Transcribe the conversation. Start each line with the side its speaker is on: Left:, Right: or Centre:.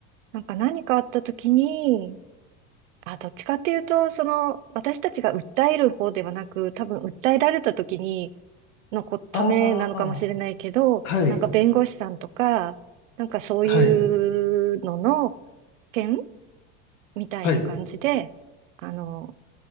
Right: なんか何かあった時に、あ、どっちかっていうと、その、私たちが訴える方ではなく、多分訴えられた時に、のこ、ためなのかもしれないけど、
Left: ああ、はい、
Right: なんか弁護士さんとか、なんかそういうのの
Left: はい、
Right: 件みたいな感じで、
Left: はい。
Right: あの、